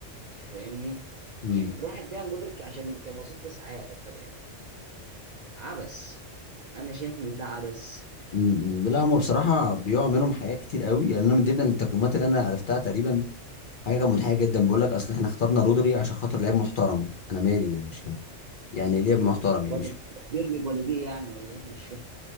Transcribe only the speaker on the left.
امم
م- م. لا هم بصراحه بيقع منهم حاجات كتير قوي يعني انا من ضمن التقييمات اللي انا عرفتها تقريبا حاجه كانت منحيه جدا بيقول لك اصل احنا اخترنا رودري عشان خاطر لعيب محترم انا مالي يعني مش فاهم يعني ايه لعيب محترم يعني
مش